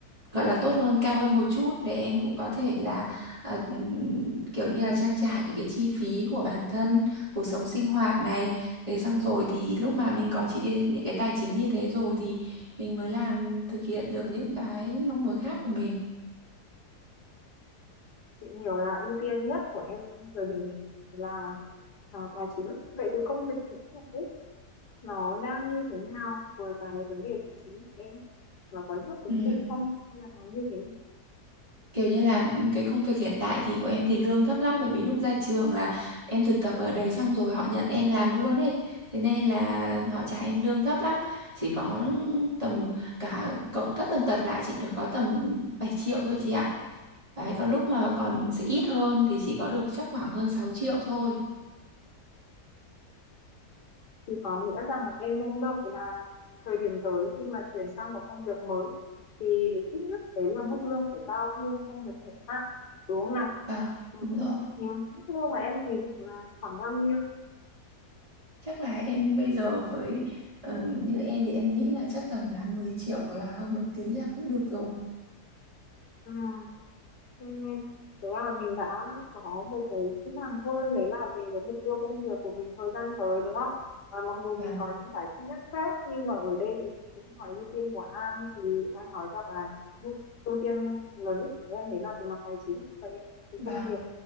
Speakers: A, on the right; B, on the left.
A: gọi là tốt hơn cao hơn một chút để em cũng có thể là ờ, ừm, kiểu như là trang trải những cái chi phí của bản thân cuộc sống sinh hoạt này thế xong rồi thì lúc mà mình có chị những cái tài chính như thế rồi thì mình mới làm thực hiện được những cái mong muốn khác của mình
B: chị hiểu là ưu tiên nhất của em thời điểm hiện là à, là ờ, tài chính vậy cái công việc hiện tại ấy, nó đang như thế nào với cái vấn đề tài chính của em nó có đáp ứng
A: Ừ,
B: được không hay là nó như thế nào
A: kiểu như là ừ, cái công việc hiện tại thì của em thì lương thấp lắm bởi vì lúc ra trường là em thực tập ở đấy xong rồi họ nhận em làm luôn ấy thế nên là họ trả em lương thấp lắm chỉ có tầm cả cộng tất tần tật lại chỉ được có tầm 7 triệu thôi chị ạ đấy có lúc mà còn sẽ ít hơn thì chỉ có được chắc khoảng hơn sáu triệu thôi
B: thì có nghĩa rằng là em mong đợi là thời điểm tới khi mà chuyển sang một công việc mới thì ít nhất đấy là mức lương phải cao hơn công việc hiện tại đúng không nào
A: vâng
B: ừ.
A: đúng rồi
B: thì mức lương mà em kỳ vọng là khoảng bao nhiêu
A: chắc là em bây giờ với ờ, như em thì em nghĩ là chắc tầm là 10 triệu hoặc là hơn một tí là cũng được rồi
B: ừ. Ừ. Thế là mình đã có một cái rõ ràng hơn đấy là về cái mục tiêu công việc của mình thời gian tới đúng không? Và mặc dù
A: vâng
B: mình có những cái thứ nhất khác nhưng mà ở đây thì chị cũng hỏi ưu tiên của An thì An nói rằng là ưu ưu tiên lớn nhất của em đấy là về mặt tài chính và hiện thì
A: vâng
B: công việc